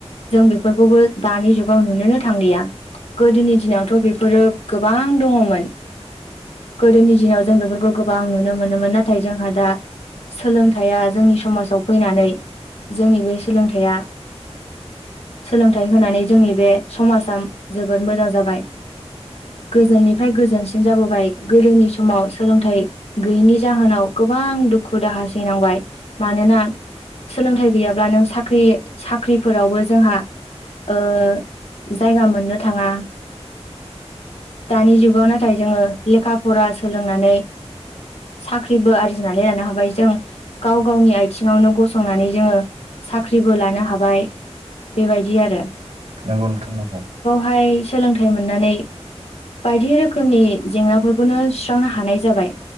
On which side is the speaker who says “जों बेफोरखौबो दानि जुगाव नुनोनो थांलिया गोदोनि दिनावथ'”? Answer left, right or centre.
Left